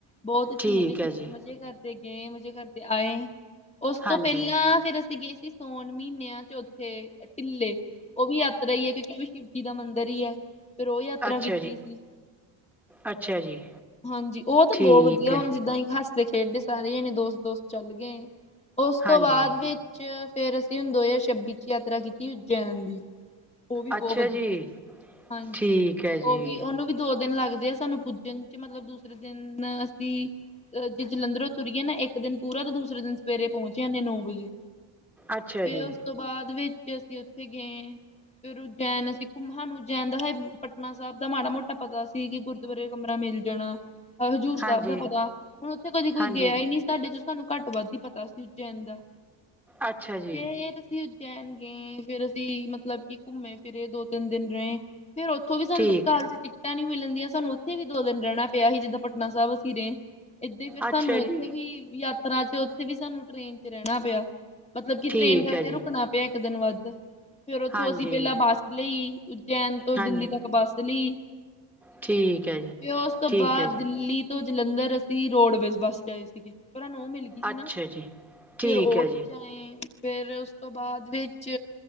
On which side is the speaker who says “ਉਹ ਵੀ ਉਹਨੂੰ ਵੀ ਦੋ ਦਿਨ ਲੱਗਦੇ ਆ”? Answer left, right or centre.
Left